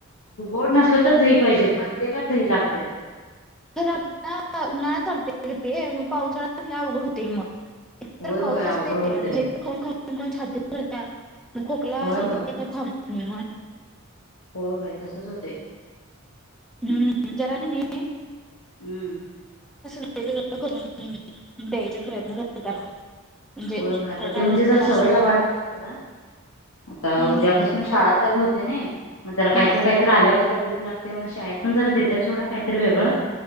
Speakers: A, on the left (about 75°); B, in the centre.
A: गोड नसलं तर दही पाहिजे, प्रत्येकात दही लागतय.
B: तर आता उन्हाळ्यात चालतय कि ग ते मग पावसाळ्यात लय अवघड होतय मग एकतर
A: होय
B: पाऊस
A: होय अवघड
B: असतोय
A: होतय
B: आणि एक तर खाऊन-खाऊन छाती सरत्या. मग खोकला,
A: होय
B: सर्दी थांबत नाही मग
A: हो, होय. तसच होतय.
B: हम्म जरा कने
A: हम्म....
B: <unintelligible> <unintelligible>
A: होय होय आता ते म्हणजे जरा सवय लावायला पाहिजे थोडा आता
B: हम्म
A: उद्यापसन शाळा चालू हुत्या नाई, मग जरा
B: हा
A: कायतर-कायतर आल्यावर भूक लागत्या मग शाळेत पण जरा देत्यात सोडा, काय तर वेगळं